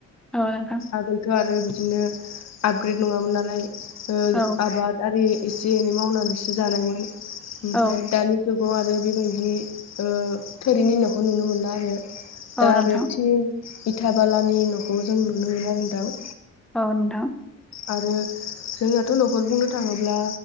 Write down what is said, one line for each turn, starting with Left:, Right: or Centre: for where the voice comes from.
Centre: औ नोंथां
Left: आगोलथ' आरो बिदिनो आपग्रेड नङामोन नालाय। ओ
Centre: औ
Left: आबाद आरि एसे एनै मावनानैसो जानायमोन ओमफ्राय
Centre: औ
Left: दानि जुग। <unintelligible> आरो बेबायदि ओ थोरिनि नखौ नुनो मोनला आरो।
Centre: औ
Left: दा
Centre: नोंथां
Left: आरो थिं इथाबालानि न'खौ जों नुनो मोनो आरो दाउ।
Centre: अ नोंथां।
Left: आरो जोंनियाथ' न'खर बुंनो थाङोब्ला